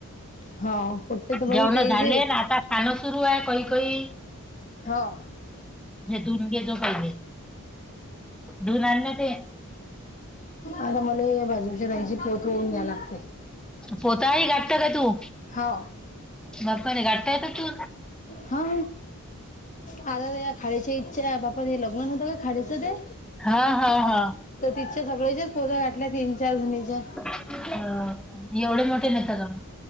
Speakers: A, on the left; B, in the centre.
A: हा पोट्टे तर बाई
B: जेवण
A: तेज
B: झाले
A: आहेत.
B: न आता खाणं सुरूय कायी कायी
A: हो <unintelligible>
B: धुवून घे जो पहिले धुवून आण ना ते
A: आता मला बाजूच्या ताईची पोत वोऊन द्याय लागते
B: पोतायी घाटता का तू?
A: हा
B: बाप्पारे गाटता येत का तू?
A: हा हा आता या खाडीची इच्छाय, बापा ते लग्न होतं का खाडेचं ते?
B: हा हा हा
A: तर तिच्या सगळ्याच्याच पोत्या गाठल्या तीन चार जणीच्या
B: <inaudible> हं एवढे मोठे नेता लोकं